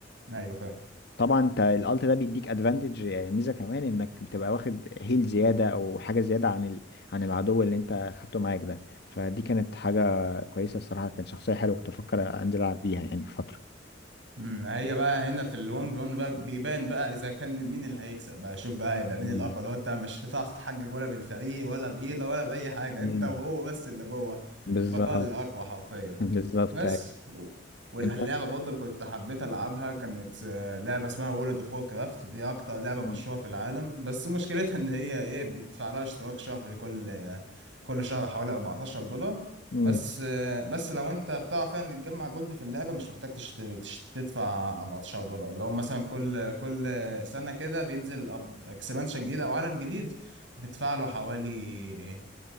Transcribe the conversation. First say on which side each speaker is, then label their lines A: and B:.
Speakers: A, on the right; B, on the left.
A: ايوه
B: طبعا انت الالت ده بيديك ادفانتج ميزه كمان انك بتبقى واخد هيل زياده او حاجه زياده عن ال... عن العدو اللي انت خدته معاك ده فدي كانت حاجه كويسه الصراحه كانت شخصيه حلوه كنت افكر انزل العب بيها يعني فتره
A: امم هي بقى هنا في الون في 1 بقى بيبان بقى اذا كان مين اللي هيكسب بقى شوف بقى هيبقى مين
B: مم.
A: الاقوى لو انت مش هتعرف تحجج ولا بالفريق ولا بهيلة ولا باي حاجه
B: مم.
A: انت وهو بس اللي جوه
B: بالظبط
A: البقاء للاقوى حرفيا
B: <laughs> بالظبط
A: بس
B: ايوه
A: و- واللعبه
B: انت
A: برضه اللي كنت حبيت العبها كانت آه، لعبه اسمها وورلد اوف وور كرافت دي اكتر لعبه
B: مم.
A: مشهوره في العالم بس مشكلتها ان هي ايه بتدفع لها اشتراك شهري كل كل شهر حوالي 14 دولار
B: مم.
A: بس بس لو انت بتعرف يعني تجمع جولد في اللعبه مش محتاج تشت... تشت... تدفع 14 دولار اللي هو مثلا كل كل سنه كده بينزل اكسبانشن جديد او عالم جديد بتدفع له حوالي